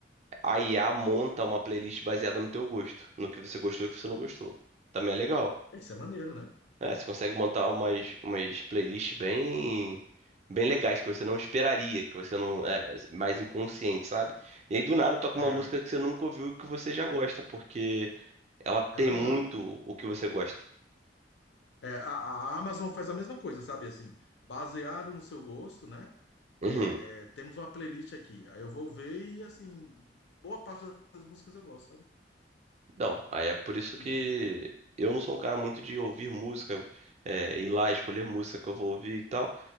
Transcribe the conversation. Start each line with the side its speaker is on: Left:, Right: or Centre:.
Right: a IA monta uma playlist baseada no teu gosto, no que você gostou e o que você não gostou. Também é legal.
Left: Isso é maneiro, né?
Right: É, você consegue montar umas, umas playlists bem, bem legais que você não esperaria, que você não. É, mais inconsciente, sabe? E aí do nada toca
Left: É,
Right: uma música que você nunca ouviu e que você já gosta, porque ela tem
Left: é verdade.
Right: muito o que você gosta.
Left: É, a, a Amazon faz a mesma coisa, sabe? Assim, baseado no seu gosto, né?
Right: Uhum.
Left: É, temos uma playlist aqui. Aí eu vou ver e, assim, boa parte das músicas eu gosto,
Right: Não, aí é por isso
Left: sabe?
Right: que eu não sou um cara muito de ouvir música, é, ir lá escolher música que eu vou ouvir e tal.